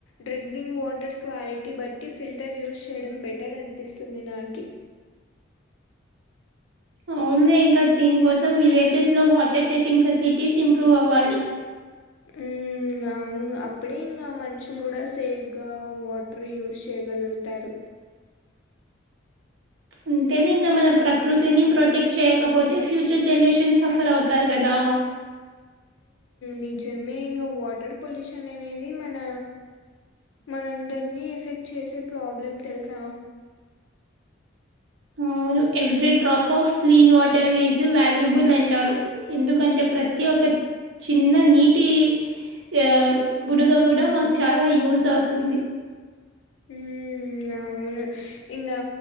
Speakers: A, on the left (about 85°); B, on the right (about 70°).
A: డ్రింకింగ్ వాటర్ క్వాలిటీ బట్టి ఫిల్టర్ యూస్ చేయడం బెటర్ అనిపిస్తుంది నాకి
B: అవునులే ఇంకా దీని కోసం విలేజెస్ లో వాటర్ టెస్టింగ్ ఫెసిలిటీస్ ఇంప్రూవ్ అవ్వాలి
A: ఉ ఇను అప్పుడే ఇంకా మనుషులు కూడా సేఫ్గా వాటర్ యూస్ చేయగలుగుతారు
B: అంతే ఇంకా మన ప్రకృతిని ప్రొటెక్ట్ చేయకపోతే ఫ్యూచర్ జనరేషన్స్ సఫర్ అవుతారు కదా
A: నిజమే ఇంగ వాటర్ పొల్యూషన్ అనేది మన మనందరినీ ఎఫెక్ట్ చేసే ప్రాబ్లమ్ తెలుస
B: అవును every drop of clean water is valuable అంటారు ఎందుకంటే ప్రతి
A: ఉమ్,
B: ఒక చిన్న నీటి ఆ
A: చుక్క
B: బుడుగ కూడ మాకు చాల యూజ్ అవుతుంది
A: ఉ అవును ఇంకా